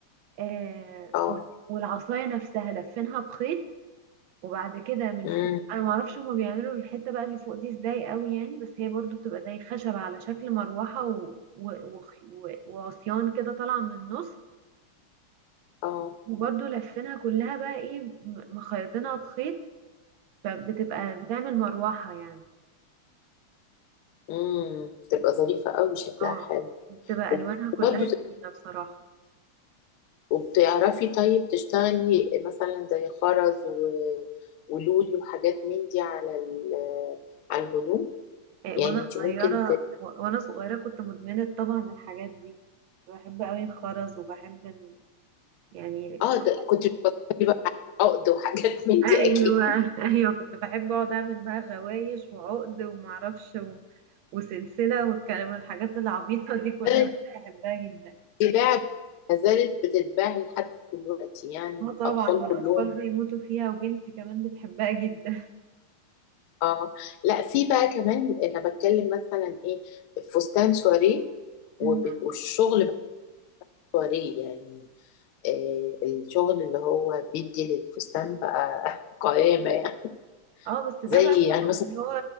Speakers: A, on the right (about 75°); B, on the left (about 80°).
A: آه
B: اه
A: و- والعصاية نفسها لفينها بخيط وبعد كده من
B: مم.
A: فوق انا معرفش هما بيعملوا الحته بقى اللي فوق دي ازاي قوي يعني بس هي برضو بتبقى زي خشب على شكل مروحه و... و... و... و... وعصيان كده طالعه من النص
B: اه
A: وبرضو لفينها كلها بقى ايه م- مخيطينها بخيط فبتبقى بتعمل مروحه يعني
B: امم تبقى ظريفة قوي شكلها
A: اه
B: حلو
A: بتبقى الوانها
B: وبرضه
A: كلها
B: ت-
A: جميله بصراحه
B: وبتعرفي طيب تشتغلي مثلا زي خرز و... ولولي وحاجات من دي على ال... على الهدوم
A: إيه
B: يعني
A: وانا
B: انت ممكن
A: صغيره
B: ت...
A: و... وانا صغيره كنت مدمنه طبعا الحاجات دي كنت بحب قوي الخرز وبحب ال... يعني كنت
B: اه ده كنت بتفكري بقى على عقد وحاجات من
A: ايوه
B: دي اكيد
A: ايوه كنت بحب اقعد اعمل بقى غوايش وعقد ومعرفش و... وسلسله والكلام والحاجات العبيطه دي كلها
B: <laughs> زالت
A: كنت بحبها جدا
B: بتتباع ما زالت بتتباع لحد دلوقتي يعني
A: اه
B: الاطفال
A: طبعا والاطفال
B: كلهم
A: بيموتوا فيها وبنتي كمان بتحبها جدا
B: اه لا في بقى كمان انا بتكلم مثلا ايه فستان سواريه وبت...
A: مم.
B: والشغل بقى سواريه يعني آه، الشغل اللي هو بيدي للفستان بقى <laughs> قيامة يعني
A: اه بس ده
B: زي
A: بقى شغل
B: يعني مثلا
A: اللي هو